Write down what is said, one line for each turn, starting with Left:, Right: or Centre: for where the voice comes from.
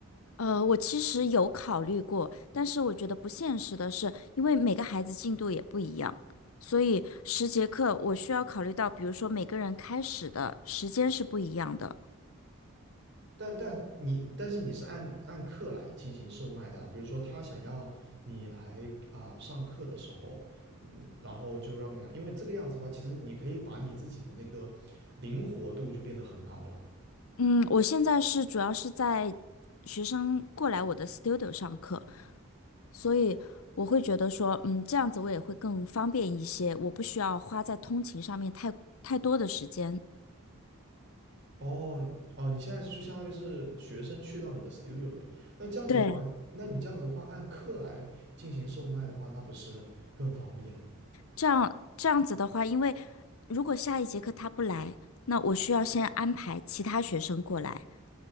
Left: 呃，我其实有考虑过，但是我觉得不现实的是，因为每个孩子进度也不一样，所以十节课我需要考虑到，比如说每个人开始的时间是不一样的，
Right: 但但你但是你是按按课来进行售卖的啊比如说他想要你来啊、呃上课的时候，嗯，然后就让你来，因为这个样子的话，其实你可以把你自己的那个灵活度就变得很高了。
Left: 嗯，我现在是主要是在学生过来我的 studio 上课，所以我会觉得说，嗯，这样子我也会更方便一些，我不需要花在通勤上面太太多的时间。
Right: 哦哦，你现在就相当于是学生去到你的 studio 里面，那这样子的话，
Left: 对，
Right: 那你这样子的话，按课来进行售卖的话，那不是更方便？
Left: 这样这样子的话，因为如果下一节课他不来，那我需要先安排其他学生过来，